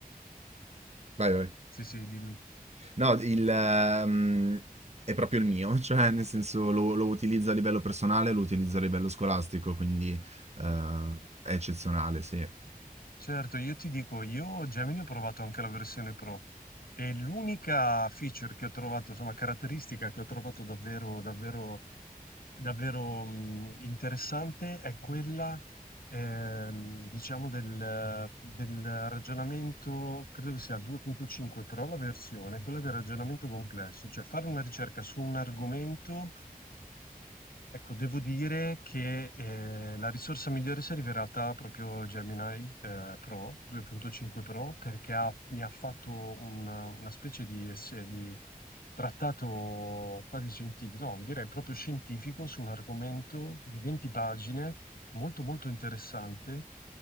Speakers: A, on the right; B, on the left.
A: Vai, vai.
B: sì, sì, dimmi.
A: No, il, ehm, è proprio il mio, <laughs> cioè nel senso lo, lo utilizzo a livello personale, lo utilizzo a livello scolastico, quindi eh, è eccezionale, sì.
B: Certo, io ti dico, io Gemini ho provato anche la versione Pro e l'unica feature che ho trovato, insomma caratteristica che ho trovato davvero, davvero Davvero, mhmm, interessante è quella, ehm, diciamo del del ragionamento credo che sia 2.5 Pro la versione, quella del ragionamento complesso, cioè fare una ricerca su un argomento Ecco, devo dire che eh, la risorsa migliore si è rivelata proprio Gemini eh, Pro 2.5 Pro perché ha- mi ha fatto un- una specie di, esse- di trattato quasi scientifico, no, direi proprio scientifico su un argomento di 20 pagine molto molto interessante